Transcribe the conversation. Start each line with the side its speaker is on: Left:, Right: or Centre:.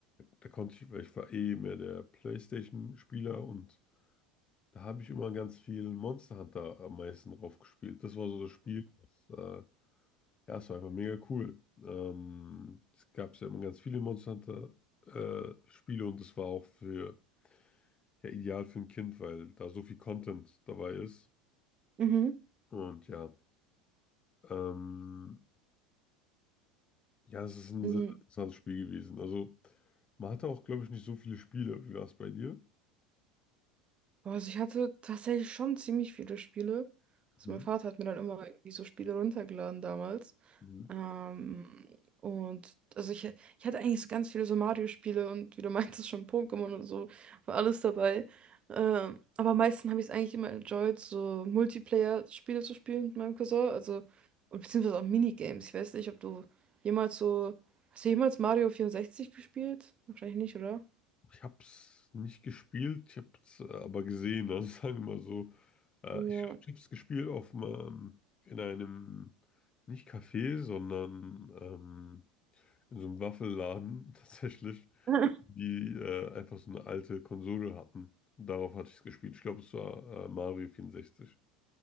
Left: da konnte ich, weil ich war eh mehr der PlayStation-Spieler und da habe ich immer ganz viel Monster Hunter am meisten drauf gespielt. Das war so das Spiel, das, äh, ja, es war einfach mega cool. Ähm, es gab ja immer ganz viele Monster Hunter äh, Spiele und das war auch für, ja, ideal für ein Kind, weil da so viel Content dabei ist
Right: Mhm.
Left: und ja, ähm, Ja, es ist ein
Right: Mhm.
Left: sehr interessantes Spiel gewesen. Also, man hatte auch, glaube ich, nicht so viele Spiele. Wie war es bei dir?
Right: Boah, Also ich hatte tatsächlich schon ziemlich viele Spiele. Also
Left: Mhm.
Right: mein Vater hat mir dann immer irgendwie so Spiele runtergeladen damals.
Left: Mhm.
Right: Ähm, und also ich, ich hatte eigentlich so ganz viele so Mario-Spiele und wie du <laughs> meintest schon Pokémon und so, war alles dabei. Ähm, aber am meisten habe ich es eigentlich immer enjoyed, so Multiplayer-Spiele zu spielen mit meinem Cousin. Also, und beziehungsweise auch Minigames. Ich weiß nicht, ob du jemals so. Hast du jemals Mario 64 gespielt? Wahrscheinlich nicht, oder?
Left: Ich habe es nicht gespielt, ich habe es äh, aber gesehen, also <laughs> sagen wir mal so. Äh,
Right: Ja.
Left: ich glaube, ich habe es gespielt auf einem, in einem, nicht Café, sondern ähm, in so einem Waffelladen <laughs> tatsächlich,
Right: <laughs>
Left: die äh, einfach so eine alte Konsole hatten. Darauf hatte ich es gespielt. Ich glaube, es war äh, Mario vierundsechzig.